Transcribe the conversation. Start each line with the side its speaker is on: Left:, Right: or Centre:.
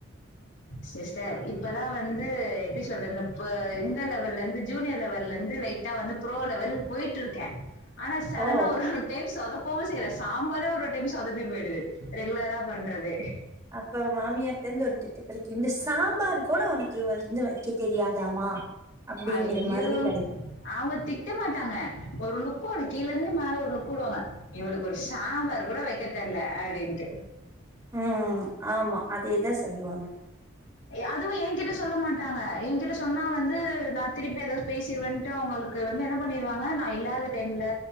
Left: சிஸ்டர் இப்பதா வந்து எப்டி சொல்றது இந்த இந்த லெவல்லந்து ஜூனியர் லெவல்லந்து லைட் டா வந்து ப்ரோ லெவல் போய்ட்ருக்கே ஆனா சடனா
Right: ஓ
Left: ஒரு டைம் சொதப்பவு செய்ற சாம்பாரே ஒரு டைம் சொதப்பி போய்டுது ரெகுலரா பண்றதே
Right: அப்ப மாமியார்ட்டந்து ஒரு திட்டு கெடைக்கும் இந்த சாம்பார் கூட ஒனக்கு வந்து வெக்க தெரியாதாமா அப்டிங்கிற
Left: ஐயோ
Right: மாதிரி கெடைக்கு
Left: அவுங்க திட்ட மாட்டாங்க ஒரு லுக் கீழந்து மேல ஒரு லுக் உடுவாங்க இவளுக்கு ஒரு சாம்பார் கூட வெக் கத் தெர்ல அப்டின்ட்டு
Right: ம் ஆமா அதே தா சொல்லுவாங்க
Left: அதுவு என்கிட்ட சொல்ல மாட்டாங்க என்கிட்ட சொன்னா வந்து நா திருப்பி எதாது பேசிருவன் டு அவுங்குளுக்கு வந்து என்ன பண்ணிருவாங்க நா இல்லாத டைம்ல